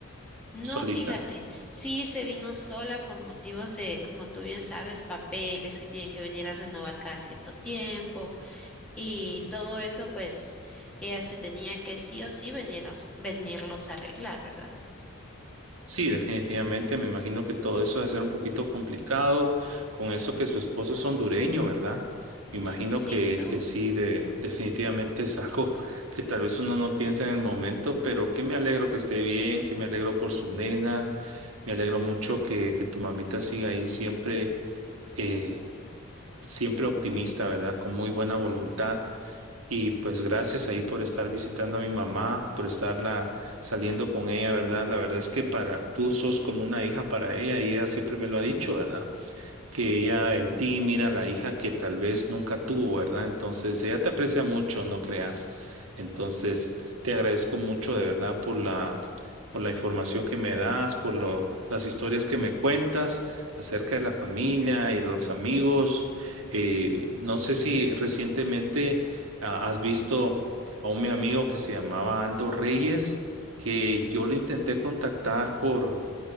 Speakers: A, in the centre; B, on the right.
A: No,
B: o solita?
A: fíjate, sí se vino sola por motivos de, como tú bien sabes, papeles que tienen que venir a renovar cada cierto tiempo Y todo eso, pues, ella se tenía que sí o sí venirlos, venirlos a arreglar, ¿verdad?
B: Sí, definitivamente, me imagino que todo eso debe ser un poquito complicado, con eso que su esposo es hondureño, ¿verdad? Me imagino
A: Sí,
B: que,
A: tú.
B: que sí, de, definitivamente es algo <laughs> que tal vez uno no piensa en el momento, pero que me alegro que esté bien, que me alegro por su nena, me alegro mucho que, que tu mamita siga ahí siempre, eh, siempre optimista, ¿verdad? Con muy buena voluntad. Y pues gracias ahí por estar visitando a mi mamá, por estarla saliendo con ella, ¿verdad? La verdad es que para tú sos como una hija para ella y ella siempre me lo ha dicho, ¿verdad? que ella en ti mira la hija que tal vez nunca tuvo, ¿verdad? Entonces, ella te aprecia mucho, no creas. Entonces, te agradezco mucho de verdad por la, por la información que me das, por lo- las historias que me cuentas acerca de la familia y de los amigos. Eh, no sé si recientemente ah, has visto a un mi amigo que se llamaba Aldo Reyes, que yo lo intenté contactar por